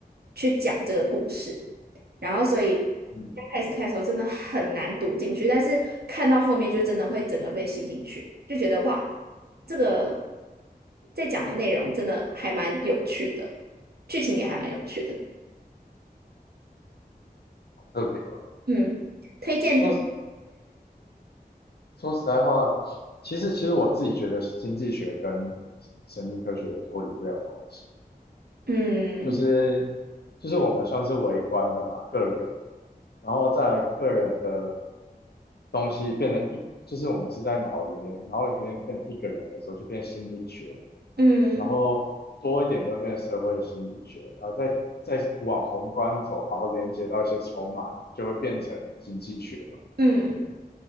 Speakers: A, on the right; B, on the left.
A: 去讲这个故事。然后所以刚开始看的时候真的很难读进去，
B: 嗯，
A: 但是看到后面就真的会整个被吸进去，就觉得哇，这个在讲的内容真的还蛮有趣的，剧情也还蛮有趣的，
B: 好特别哦。
A: 嗯，推荐推，
B: 说实说实在话，其实其实我自己觉得经济学跟神经科学脱离不了关系，
A: 嗯
B: 就是就是我们算是微观的嘛，个人，然后在个人的东西变成一，就是我们是在脑里面，脑里面变成一个人的时候就变心理学，
A: 嗯
B: 然后多一点就会变社会心理学，然后再再往宏观走，然后连接到一些筹码，就会变成经济学嘛。
A: 嗯